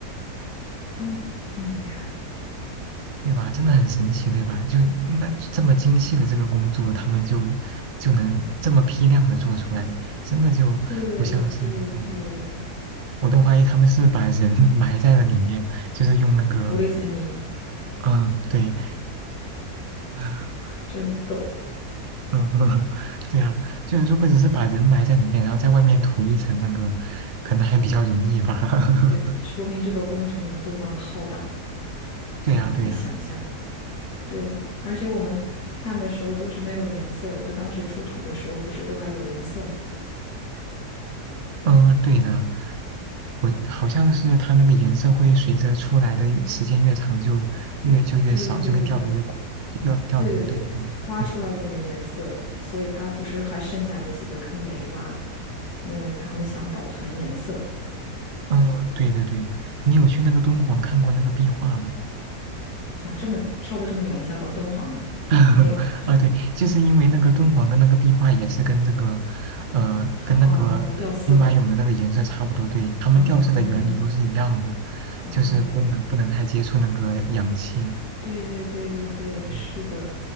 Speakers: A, on the left (about 75°); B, on the right (about 70°).
A: 嗯，这么厉害。
B: 对吧？真的很神奇，对吧？就那这么精细的这个工作，他们就就能这么批量的做出来，真的就不像是，
A: 对对对，
B: 嗯，我都怀疑他们是把人 <laughs> 埋在了里面，就是用那个，
A: 涂了一层泥，
B: 嗯，对，啊
A: 真逗。
B: 嗯，<laughs> 对啊，就如果只是把人埋在里面，然后在外面涂一层那个，可能还比较容易吧。<laughs>
A: 对对，说明这个工程有多么的浩大，
B: 对呀，
A: 难以想象。
B: 对呀。
A: 对，而且我们看的时候都是没有颜色，它当时出土的时候不是都还有颜色吗？
B: 嗯，对的，我好像是它那个颜色会随着出来的越时间越长就越就越少，
A: 对对对对
B: 就会掉的越快要掉的越多。
A: 对对对对，
B: 对，
A: 挖出来就没颜色了，
B: 嗯，
A: 所以它不是还剩下有几个坑没挖，因为他们想保存颜色
B: 嗯，对对对，你有去那个敦煌看过那个壁画吗？
A: 啊。这么跳的这么远，一下到敦煌了，
B: <laughs>
A: 没有
B: 啊，对，就是因为那个敦煌的那个壁画也是跟这个，呃，跟那个兵马俑的那个颜色差不多，
A: 哦，掉色，
B: 对，它们掉色的原理都是一样的，
A: 嗯，哦。
B: 就是不能不能太接触那个氧气。
A: 对对对对对，
B: 嗯
A: 是的。